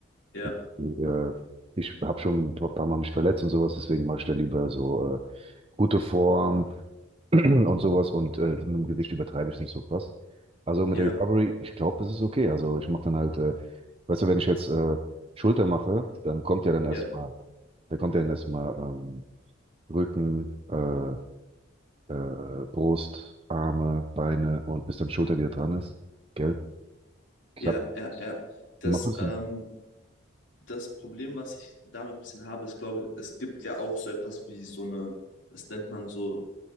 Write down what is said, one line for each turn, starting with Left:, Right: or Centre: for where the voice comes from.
Left: Ja,
Right: ich, äh, ich habe schon ein paar paar Mal mich verletzt und sowas, deswegen mache ich da lieber so äh, gute Form <clears throat> und sowas und äh, mit dem Gewicht übertreibe ich es nicht so krass. Also mit
Left: ja,
Right: der Recovery, ich glaube, das ist okay. Also ich mache dann halt, äh, weißt du, wenn ich jetzt äh, Schulter mache, dann kommt ja dann erstmal,
Left: ja,
Right: da kommt ja dann erstmal ähm, Rücken, äh, äh, Brust, Arme, Beine und bis dann Schulter wieder dran ist, gell?
Left: ja,
Right: Ich habe
Left: ja, ja. Das,
Right: Wie machst du das
Left: ähm,
Right: denn?
Left: das Problem, was ich damit ein bisschen habe, ist, glaube ich, es gibt ja auch so etwas wie so eine, das nennt man so